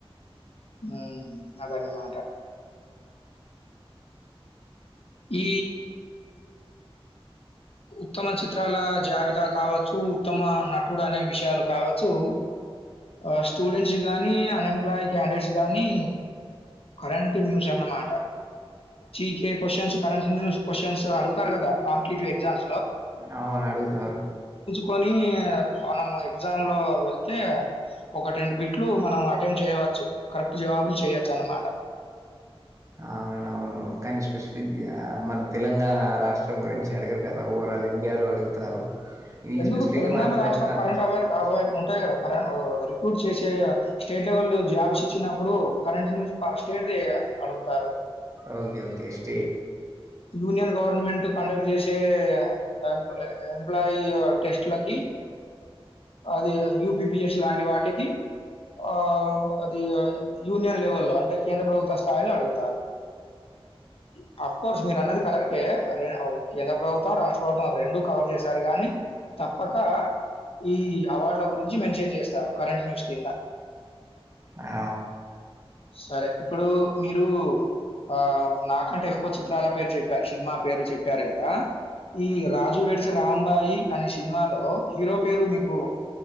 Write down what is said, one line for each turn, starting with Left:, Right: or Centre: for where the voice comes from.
Left: ఉ అదన్నమాట ఈ ఉత్తమ చిత్రాల జాబితా కావచ్చు, ఉత్తమ నటుడు అనే విషయాలు కావచ్చు, అ స్టూడెంట్స్ గానీ అన్ఎంప్లాయ క్యాండివేట్స్ గాని కరెంట్ న్యూస్ అన్నమాట జికె క్వశ్చన్స్, కరంటన్యూ క్వ్చన్స్, అడుగుతరు కదా కంపిటేటివ్, ఎ్జామ్స్
Right: అవును అడుగుతారు.
Left: కోని మనం ఎగ్జామ్ లో వెళ్తే ఒకటి రెండు బిట్లు మనం అటెంట్ చేయవచ్చు కరెక్ట్ జవాబులు చేయొచ్చు అన్నమాట
Right: అవునవును కానీ స్పెసిఫిక్గా మన తెలంగాణ రాష్ట్రం గురించి అడగరు కదా ఓవరాల్ ఇండియాలో అడుగుతారు. ఇది
Left: ఎందుకు
Right: స్పెసిఫిక్గా
Left: తెలంగాణ
Right: మన
Left: రాష్ట్రం కరెంట్ అవ
Right: గురించి
Left: అవ ఉంటాయి. కదా కరెం రిక్రూట్ చేసే స్టేట్ లెవెల్ జాబ్స్ ఇచ్చినప్పుడు కరెంట్ న్యూస్ స్టాట్ అడుగుతారు.
Right: ఓకే ఓకే ష్
Left: యూనియన్ గవర్నమెంట్ కండక్ట్ చేసే ఎ ఎంప్లాయ టెస్ట్లకి అది యూపి పిఎచ్ లాంటి వాటికి ఆ అది యూనియన్ లెవె లో అంటే కేంద్ర ప్రభుత్వ స్థాయిలో అడుగుతారు. <unintelligible> అఫ్ కోర్స్ మీరు అన్నది కరెక్టే కేంద్ర ప్రభుత్వం రాష్ట్ర ప్రభుత్వం రెండు కవర్ చేశారు, గానీ తప్పక ఈ అవార్డుల గురించి మెన్షన్ చేస్తారు, కరెంట్ న్యూస్ కింద
Right: ఆ
Left: సరే ఇప్పుడు మీరు ఆ నాకంటే ఎక్కువ చిత్రాల పేరు చెప్పారు సినిమా పేరు చెప్పారు కదా, ఈ రాజు వేడ్సి రాంబాయి అనే సినిమాలో హీరో పేరు మీకు